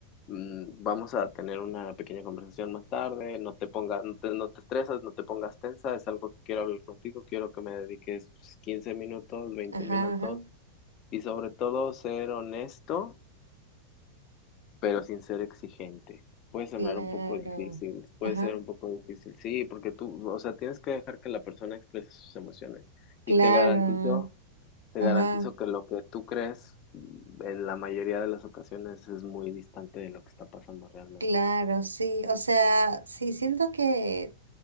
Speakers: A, on the left; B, on the right.
A: mm, vamos a tener una pequeña conversación más tarde, no te pongas, no te, no te estresas, no te pongas tensa, es algo que quiero hablar contigo, quiero que me dediques 15 minutos, veinte
B: ajá,
A: minutos
B: ajá.
A: y sobre todo ser honesto, pero sin ser exigente. Puede sonar
B: Claro.
A: un poco difícil, puede
B: Ajá,
A: ser un poco difícil, sí, porque tú, o sea, tienes que dejar que la persona exprese sus emociones
B: claro.
A: y te garantizo te
B: Ajá,
A: garantizo que lo que tú crees mm, en la mayoría de las ocasiones es muy distante de lo que está pasando realmente.
B: claro, sí. O sea, sí, siento que